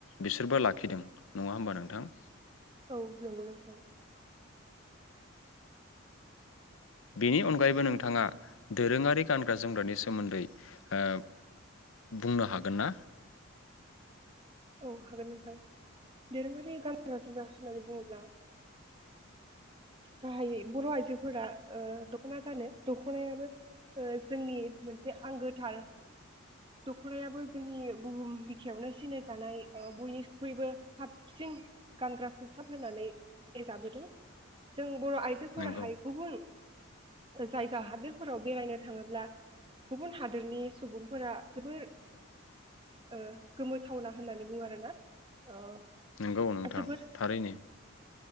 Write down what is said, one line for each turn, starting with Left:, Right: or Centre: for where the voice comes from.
Left: बिसोरबो लाखिदों नङा होमबा नोंथां?
Right: औ नोंगौ नोंथां।
Left: बेनि अनगायैबो नोंथाङा दोरोङारि गानग्रा जोमग्रानि सोमोन्दै ओ बुंनो हागोन ना?
Right: औ हागोन नोंथां दोरोङारि गानग्रा जोमग्रा होननानै बुङोब्ला गाहायै बर आइजोफोरा ओ दखना गानो दखनायाबो ओ जोंनि मोनसे आंगोथार दखनायाबो जोंनि बुहुम बिखायावनो सिनाय जानाय ओ बयनिख्रुइबो साबसिन गानग्रा खसाब होननानै सिनाइ जाबोदों। जों बर आइजोफोराहाय
Left: नंगौ
Right: गुबुन जायगा हादोरफोराव बेरायनो थाङोब्ला गुबुन हादोरनि सुबुंफोरा जोबोर ओ गोमो थावना होननानै बुङो आरो ना ओ
Left: नोंगौ नोंथां
Right: जोबोर
Left: थारैनो।